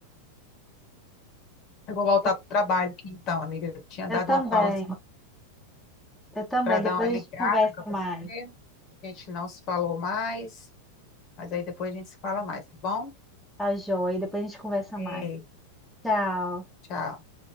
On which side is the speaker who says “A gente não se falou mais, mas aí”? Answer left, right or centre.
Left